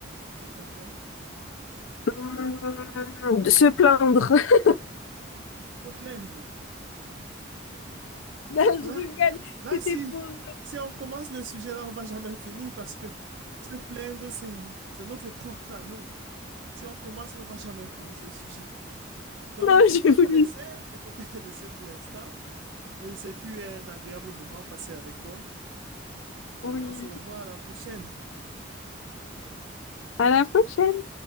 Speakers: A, on the right (about 65°); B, on the left (about 80°).
A: d'après toi?
B: hmm, de se plaindre. <laughs>
A: Se plaindre.
B: Non, je
A: Voilà.
B: rigole,
A: Là,
B: c'était
A: si,
B: pour...
A: si on commence le sujet, là, on va jamais finir parce que se plaindre, c'est, c'est notre propre à nous. Si on commence, on ne va jamais finir ce sujet. Donc,
B: Non,
A: je préfère
B: j'ai voulu.
A: te laisser, je préfère te laisser pour l'instant. Oui, c'est fut un agréable moment passé avec toi.
B: Oui.
A: Et on se revoit à la prochaine.
B: À la prochaine.